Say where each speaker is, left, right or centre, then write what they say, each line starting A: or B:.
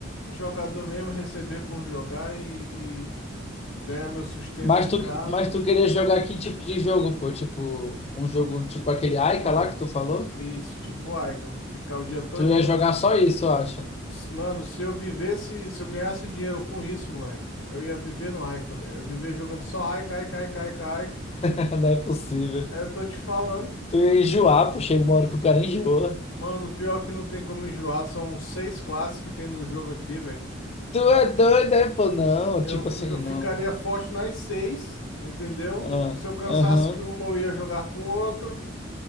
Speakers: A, on the left; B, on the left.
A: jogador mesmo, receber por jogar e, e ganhar meu sustento
B: Mas
A: de
B: tu,
A: casa.
B: mas tu queria jogar que tipo de jogo, pô? Tipo, um jogo tipo aquele Aika
A: Mano,
B: lá que tu falou?
A: isso, tipo, o Aika, ficar o dia todinho.
B: Tu ia jogar só isso, eu acho.
A: Mano, se eu vivesse, se eu ganhasse dinheiro com isso, moleque, eu ia viver no Aika, velho. Eu ia viver jogando só Aika, Aika, Aika, Aika, Aika.
B: <laughs> Não é possível.
A: É, eu tô te falando.
B: Tu ia enjoar, pô. Chega uma hora que o cara enjoa.
A: Mano, pior que não tem como enjoar, são seis classes que tem no jogo aqui, velho.
B: Tu é doido, é, pô? Não,
A: Eu,
B: tipo
A: fi-
B: assim,
A: eu ficaria
B: não.
A: forte nas seis, entendeu?
B: Ah,
A: Se eu cansasse
B: aham.
A: que uma, eu ia jogar com outro.